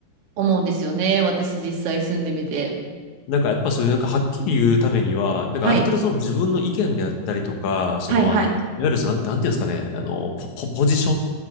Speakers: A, on the right; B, on the left.
A: 思うんですよね。私実際住んでみて。
B: なんかやっぱそういうなんかはっきり言うためには、なんかある程度その自分の意見であったりとか、
A: はい。
B: そのあの、
A: はいはい。
B: いわゆるそのなん、なんていうんですかね、あの、ポ、ポ、ポジション